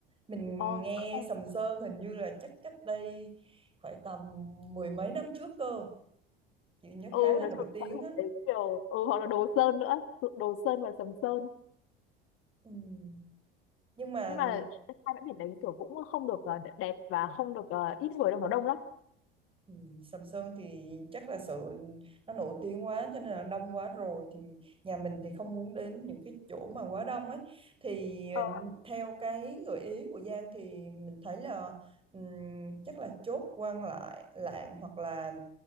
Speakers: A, on the right; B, on the left.
A: mình
B: ờ
A: nghe
B: sao không?
A: Sầm Sơn hình như là chắc cách đây phải tầm mười mấy năm trước cơ chị nhớ
B: ừ
A: khá là
B: nói
A: nổi
B: chung là
A: tiếng
B: bãi biển
A: á
B: đấy kiểu ừ hoặc là Đồ Sơn nữa Đồ Sơn và Sầm Sơn
A: Ừm, nhưng mà
B: nhưng mà hai bãi biển đấy kiểu cũng không được ờ, đẹp và không được ờ, ít người đâu nó đông lắm
A: Ừ, Sầm Sơn thì chắc là sự nó nổi tiếng quá cho nên là đông quá rồi thì nhà mình thì không muốn đến những cái chỗ mà quá đông ấy thì ừ,
B: Ờ,
A: theo cái gợi ý của Giang thì mình thấy là ừm, chắc là chốt Quan lại Lạng hoặc là